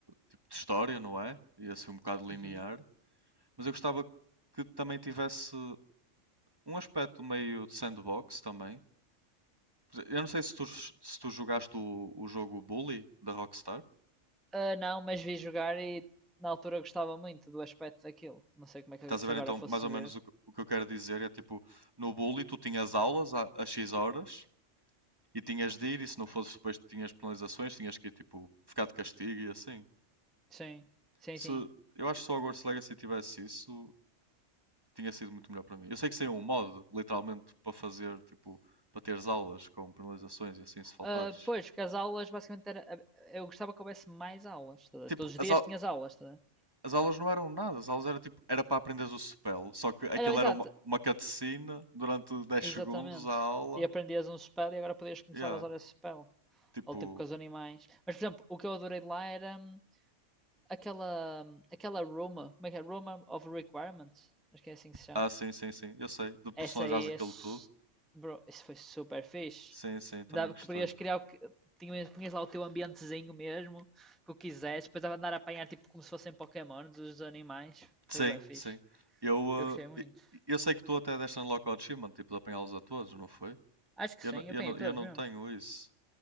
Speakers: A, on the right; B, in the centre.
A: tipo de história, não é? E é assim um bocado linear.
B: Uhum.
A: Mas eu gostava que também tivesse um aspecto meio de sandbox também. Por exe- Eu não sei se tu, j- se tu jogaste o, o jogo Bully da Rockstar.
B: Ah, não, mas vi jogar e na altura gostava muito do aspecto daquilo. Não sei como é que
A: Estás
B: se
A: a ver
B: agora
A: então
B: fosse
A: mais ou
B: ver.
A: menos o, que o que eu quero dizer? É tipo, no Bully tu tinhas aulas a- às X horas e tinhas de ir, e se não fosse depois tinhas penalizações, tinhas que ir tipo, ficar de castigo e assim.
B: Sim, sim,
A: Se,
B: sim.
A: eu acho que só o Hogwarts Legacy tivesse isso, tinha sido muito melhor para mim. Eu sei que saiu um modo, literalmente, para fazer, tipo, para teres aulas com penalizações e assim se faltares.
B: Ah, pois, porque as aulas basicamente era. Eu gostava que houvesse mais aulas. estás a
A: Tipo,
B: ver? Todos os
A: as,
B: dias
A: au-
B: tinhas aulas, estás a ver?
A: as aulas não eram nada, as aulas era tipo, era para aprenderes o spell, só que aquilo
B: Era exato,
A: era uma, uma cutscene durante dez
B: Exatamente.
A: segundos a aula.
B: E aprendias um spell e agora podias começar
A: Yeah,
B: a usar esse spell.
A: tipo,
B: Ou tipo com os animais. Mas, por exemplo, o que eu adorei de lá era hum, aquela, hum, aquela Roma. Como é que é? Roma of Requirements. Acho que é assim que se chama.
A: ah, sim, sim, sim, eu sei, de personalizares
B: Essa aí
A: aquilo
B: é. su-
A: tudo.
B: Bro, isso foi super fixe.
A: Sim, sim, também
B: Dava
A: gostei.
B: que podias criar que. Tinhas, tinhas lá o teu ambientezinho mesmo, o que o quisesse. Depois dava de andar a apanhar tipo como se fossem Pokémon dos animais.
A: Sim,
B: Foi bem fixe.
A: sim. Eu,
B: Eu gostei muito.
A: eh, e- eu sei que tu até deste unlock ao achievement, tipo, de apanhá-los a todos, não foi?
B: Acho que
A: Eu,
B: sim,
A: n-
B: eu
A: eu,
B: apanhei
A: não,
B: todos
A: eu não
B: mesmo.
A: tenho isso.